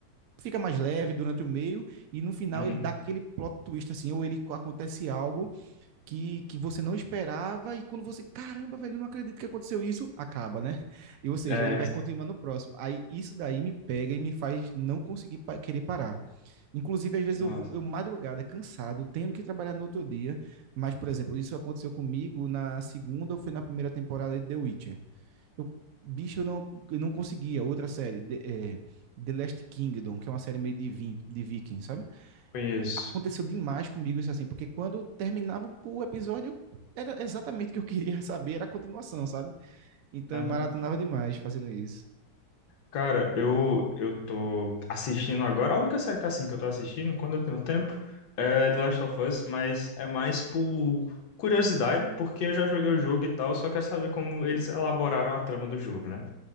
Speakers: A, on the right; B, on the left.
A: fica mais leve durante o meio e no final
B: Uhum.
A: ele dá aquele plot twist assim, ou ele acontece algo que, que você não esperava, e quando você, caramba, velho, eu não acredito que aconteceu isso, acaba, né? E, ou seja,
B: É,
A: ele vai continuar no próximo. Aí isso daí me pega e me faz não conseguir pa querer parar. Inclusive, às vezes
B: nossa,
A: eu vou, eu madrugada, cansado, tendo que trabalhar no outro dia, mas, por exemplo, isso aconteceu comigo na segunda ou foi na primeira temporada de The Witcher. Eu, bicho, eu não, eu não conseguia. Outra série, The é, The Last Kingdom, que é uma série meio de, vin, de viking, sabe?
B: conheço.
A: aconteceu demais comigo isso assim, porque quando terminava o episódio, era exatamente o que eu queria <laughs> saber, era a continuação, sabe? Então
B: Aham.
A: eu maratonava demais fazendo isso.
B: Cara, eu, eu tô assistindo agora. A única série que, assim, que eu tô assistindo, quando eu tenho tempo, é The Last of Us, mas é mais por curiosidade, porque eu já joguei o jogo e tal, só quero saber como eles elaboraram a trama do jogo, né?